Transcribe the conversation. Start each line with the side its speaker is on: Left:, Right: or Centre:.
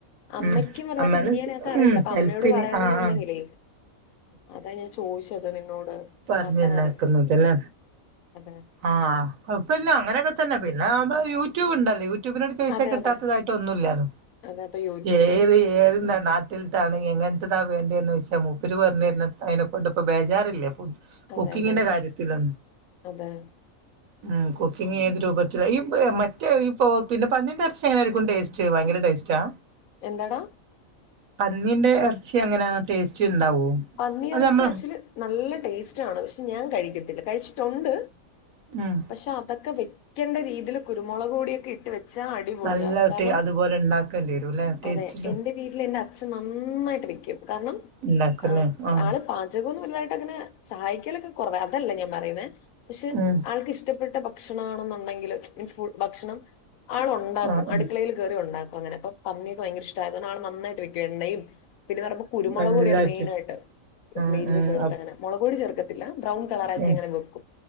Left: അമ്മയ്ക്കും
Right: ഉം
Left: വറുതായിട്ട്
Right: അമ്മാനെ
Left: ബിരിയാണി
Right: സ്
Left: ആക്കാ അറിയില്ല
Right: ഉം
Left: അപ്പൊ അമ്മയോട്
Right: ഹെൽപ്പിന്
Left: പറയാണെന്നുണ്ടെങ്കിലേ
Right: ആഹ് ആഹ്
Left: അതാ ഞാൻ ചോദിച്ചത് നിന്നോട്
Right: പറഞ്ഞുന്നാക്കുന്നതല്ല
Left: ആക്കാൻ അറിയോ അതെ
Right: ആഹ് അപ്പല്ല അങ്ങനൊക്കെ തന്നെ പിന്നെ നമ്മ യൂട്യൂബ്ണ്ടല്ലേ യൂ ടൂബിനട് ചോയ്ദിച്ചാൽ
Left: അതെ
Right: കിട്ടാത്തതായിട്ടൊന്നുമില്ലല്ലോ
Left: അതെ അതെ അപ്പൊ യൂട്യൂബിലും
Right: ഏറി ഏറിന്താ
Left: ഉം
Right: നാട്ടിൽ താണ് എങ്ങനത്തെതാ വേണ്ടേന്ന് വെച്ചാൽ മൂപ്പര് പറഞ്ഞുര അതിനെ കൊണ്ട് ഇപ്പോ ബേജാറില്ലേ ഫുഡ്
Left: അതെ
Right: കുക്കിങ്ങിന്റെ
Left: അതെ അതെ
Right: കാര്യത്തിന്ന്
Left: അതെ
Right: ഉം കുക്കിംഗ ഏതു രൂപത്തിൽ ഇപ്പോ പിന്നെ പന്നിന്റെരച്ചി എങ്ങന ആയിരിക്കും ടേസ്റ്റ് ഭയങ്കര ടേസ്റ്റാ
Left: എന്താടാ
Right: പന്നീന്റെ ഇറച്ചി അങ്ങനെയാണ് ടേസ്റ്റ് ഉണ്ടാവോ
Left: പന്നിയിറച്ച
Right: അത് നമ്മൾ
Left: ആക്ച്വലി നല്ല ടേസ്റ്റ് ആണ് പക്ഷെ ഞാൻ കഴിക്കത്തില്ല കഴിച്ചിട്ടുണ്ട്
Right: ഉം
Left: പക്ഷെ അതൊക്കെ വെക്കേണ്ട രീതിയിൽ കുരുമുളക് കൂടിയൊക്കെ ഇട്ട് വെ അ അടിപൊളിയ
Right: നല്ല
Left: കാരണം
Right: ടേ അതുപോലെ ഉണ്ടാക്കേണ്ടി വരും അല്ലെ ടേസ്റ്റില്
Left: അതെ എന്റെ വീട്ടിൽ എന്റെ അച്ഛൻ നന്നായിട്ട് ക്കും കാരണം
Right: ഉണ്ടാക്കുംല്ലേ
Left: ആ്
Right: ആഹ്
Left: ആള് പാചകം വലുതായിട്ട് അങ്ങനെ സഹായിക്കലൊക്കെ കുറവ അതല്ലേ ഞാൻ പറയുന്ന പക്ഷെ
Right: ഉം
Left: ആൾക്ക് ഇഷ്ടപ്പെട്ട ഭക്ഷണമാണെന്നുണ്ടെങ്കില് മീൻസ് ഫു ഭക്ഷണം ആൾ ഉണ്ടാക്കും
Right: ആഹ്
Left: അടുക്കളയിൽയറി
Right: ആഹ്
Left: ആൾ ഉണ്ടാക്കും അങ്ങനെ അപ്പ പന്നിയൊക്കെ ഭയങ്കര ഇഷ്ടമായതോണ്ട് ആൾ നായിട്ട് പിന്നെ നട കുരുമുളക്
Right: എല്ലാം
Left: പൊടിയാണ്
Right: ഇട്ടിട്ട്
Left: മെയി വ്
Right: ഉം ഉം
Left: ചേർത്ത്ങ്ങെ
Right: അ
Left: മുളകോട് ചേർക്കത്തില്ല ബ്രൺ കളറി
Right: ഉം
Left: അങ്ങനെ വെക്കും